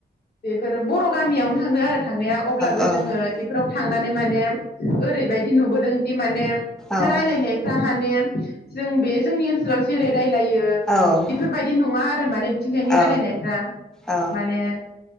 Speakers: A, on the left; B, in the centre.
A: बेफोर बर' गामियावनो थांदों आरो थांनाया अब्लाबो
B: औ
A: जोङो एफोराव थांनानै माने ओरैबायदि नुबोदोंदि माने
B: औ
A: रायज्लायनायफ्रा माने जों बे जोंनि ओ नसोलाव जेरै रायलायो <unintelligible>
B: औ
A: एफोरबायदि नङा आरो माने बिथिंजायनि
B: औ
A: रायलायनायफ्रा
B: औ
A: माने